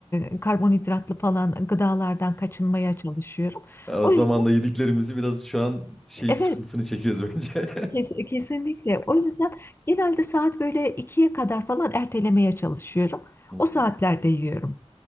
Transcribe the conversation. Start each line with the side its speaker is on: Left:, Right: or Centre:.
Left: e, karbonhidratlı falan gıdalardan kaçınmaya çalışıyorum.
Centre: Ya O
Left: O
Centre: zaman
Left: yüzden
Centre: da yediklerimizi biraz şu an şey
Left: evet
Centre: sıkıntısını çekiyoruz bence.
Left: kes- kesinlikle. O yüzden genelde saat böyle ikiye kadar falan ertelemeye çalışıyorum.
Centre: <laughs> Hı hı.
Left: O saatlerde yiyorum